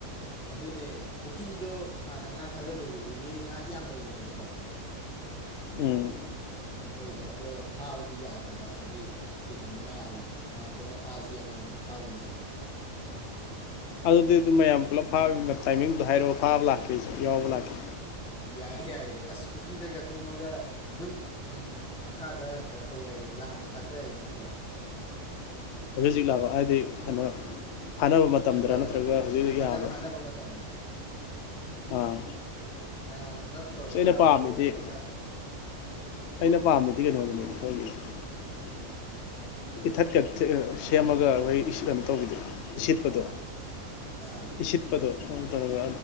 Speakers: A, in the centre; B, on the left (about 65°).
A: ꯑꯗꯨꯅꯦ ꯄꯨꯈ꯭ꯔꯤꯗꯣ ꯍꯥꯟꯅ ꯉꯥ ꯊꯥꯗꯕꯒꯤꯈꯤꯕꯒꯤ ꯉꯥꯗꯤ ꯌꯥꯝ ꯂꯩꯕꯅꯦꯕꯀꯣ
B: ꯎꯝ
A: ꯑꯩꯈꯣꯏꯗꯣ ꯑꯗꯣ ꯐꯥꯕꯗꯤ ꯌꯥꯗꯕ ꯍꯥꯏꯗꯤ ꯊꯤꯡꯕ ꯃꯌꯥꯝꯅ ꯃꯃꯌꯥꯝ ꯄꯨꯂꯞ ꯐꯥꯁꯤ ꯑꯃꯃꯝꯗ ꯐꯥꯒꯨꯝꯖꯦꯅ
B: ꯑꯗꯨꯗꯤ ꯑꯗꯨꯝ ꯃꯌꯥꯝ ꯄꯨꯂꯞ ꯐꯥꯕꯅꯤꯅ ꯇꯥꯏꯃꯤꯡꯗꯣ ꯍꯥꯏꯔꯣ ꯐꯥꯕ ꯂꯥꯛꯀꯦ ꯑꯩꯁꯨ ꯌꯥꯎꯕ ꯂꯥꯛꯀꯦ
A: ꯌꯥꯏꯌꯦ ꯌꯥꯏꯌꯦ ꯑꯁ ꯄꯨꯈ꯭ꯔꯤꯗꯒ ꯀꯨꯝꯃꯒ ꯑꯗꯨꯝ ꯃꯈꯥꯗ ꯀꯩꯅꯣ ꯇꯧꯕ ꯌꯥꯏꯌꯦ ꯂꯥꯡꯒ ꯊꯥꯛꯄ ꯌꯥꯏꯌꯦ ꯃꯅꯨꯡꯗ
B: ꯍꯧꯖꯤꯛ ꯍꯧꯖꯤꯛ ꯂꯥꯕ ꯍꯥꯏꯗꯤ ꯀꯩꯅꯣ ꯐꯥꯅꯕ ꯃꯇꯝꯗꯔ
A: ꯀꯩꯅꯣ ꯇꯧꯔꯒ
B: ꯅꯠꯇ꯭ꯔꯒ ꯍꯧꯖꯤꯛ
A: ꯃꯣꯏ
B: ꯍꯧꯖꯤꯛ
A: ꯐꯥꯅ
B: ꯌꯥꯕ꯭ꯔꯥ
A: ꯐꯥꯅꯕ ꯃꯇꯝꯗꯣ
B: ꯑꯥ
A: ꯃꯌꯥꯝ ꯄꯨꯂꯞ ꯇꯧꯔꯒ
B: ꯑꯁ ꯑꯩꯅ ꯄꯥꯝꯃꯤꯗꯤ
A: ꯍꯧꯍꯧ ꯇꯧꯔꯒ
B: ꯑꯩꯅ ꯄꯥꯝꯃꯤꯗꯤ ꯀꯩꯅꯣꯅꯤꯅꯦꯅꯦ ꯑꯩꯈꯣꯏꯒꯤ ꯏꯊꯠꯀ ꯁꯦꯝꯃꯒ ꯑꯩꯈꯣꯏ ꯀꯩꯅꯣ ꯇꯧꯕꯤꯗꯣ ꯏꯁꯤꯠꯄꯗꯣ
A: ꯑꯥ
B: ꯏꯁꯤꯠ ꯄꯗꯣ ꯁ ꯇꯧꯔꯒ